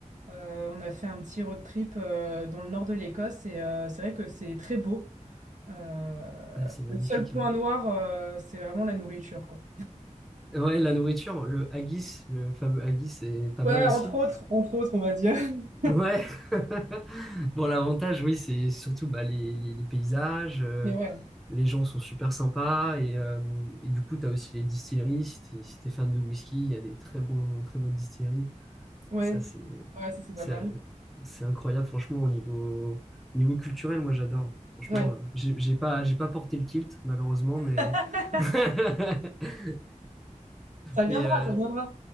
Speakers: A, on the right; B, in the centre.
A: euh, on a fait un petit road trip euh, dans le nord de l'Écosse et euh, c'est vrai que c'est très beau. Euh,
B: Ah, c'est magnifique.
A: le seul point
B: hein.
A: noir, euh, c'est vraiment la nourriture quoi.
B: Ouais, la nourriture, le haggis, le fameux haggis, c'est pas
A: Ouais,
B: mal aussi.
A: entre autres, entre autres, on va dire. <laughs>
B: Ouais. <laughs> Bon, l'avantage, oui, c'est surtout bah, les, les- les paysages. euh,
A: Mais ouais,
B: les gens sont super sympas et, euh, et du coup, tu as aussi les distilleries. Si t'es, si t'es fan de whisky, il y a des très bons, très bonnes distilleries.
A: ouais,
B: Ça, c'est,
A: ouais, ça c'est pas
B: ça-
A: mal.
B: c'est incroyable, franchement, au niveau, au niveau culturel, moi, j'adore. Franchement,
A: Ouais.
B: euh, j'ai j'ai pas, j'ai pas porté le kilt, malheureusement, mais.
A: <laughs>
B: <laughs>
A: Ça viendra,
B: Mais euh,
A: ça viendra.